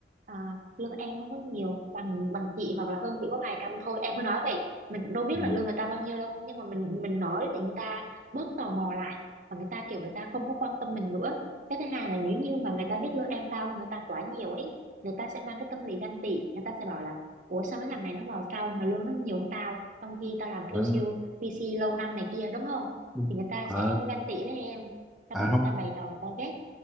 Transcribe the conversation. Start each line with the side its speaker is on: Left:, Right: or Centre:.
Right: à, lương em không có nhiều bằng bằng chị hoặc là hơn chị có vài trăm thôi em cứ nói vậy mình cũng đâu biết
Centre: ừ.
Right: là lương người ta bao nhiêu đâu nhưng mà mình mình nói thì người ta bớt tò mò lại và người ta kiểu người ta không có quan tâm mình nữa cái thứ hai là nếu như mà người ta biết lương em cao hơn người ta quá nhiều ấy người ta sẽ mang cái tâm lý ganh tị người ta sẽ bảo là ủa sao cái thằng này nó vào sau mà lương nó nhiều hơn tao trong khi tao làm
Centre: Ờ,
Right: QC QC lâu năm này kia đúng không
Centre: ừ.
Right: thì người ta sẽ
Centre: à,
Right: ganh tị với em xong
Centre: à
Right: rồi người
Centre: không
Right: ta bày trò người ta ghét